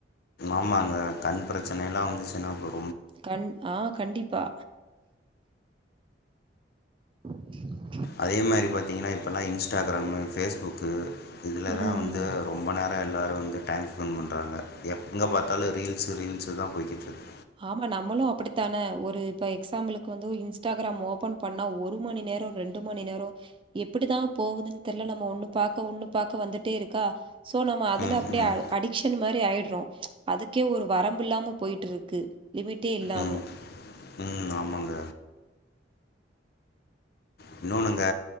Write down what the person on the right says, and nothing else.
கண் ஆ கண்டிப்பா <inaudible>
ம்
ஆமா நம்மளோ அப்புடித்தானே ஒரு இப்ப எக்ஸாம்பிளக்கு வந்து இன்ஸ்டாகிராம ஓபன் பண்ணா ஒரு மணி நேரோ ரெண்டு மணி நேரோ எப்புடிதா போகுதுன்னு தெர்ல நம்ம ஒண்ணு பாக்க ஒண்ணு பாக்க வந்துட்டே இருக்கா சோ நம்ம அதுல
அப்படியே
அடிக்ஷன் மாதிரி ஆயடுறோ அதுக்கே ஒரு வரம்பு இல்லாம போயிட்டு இருக்கு க்கு லிமிட்டே இல்லாம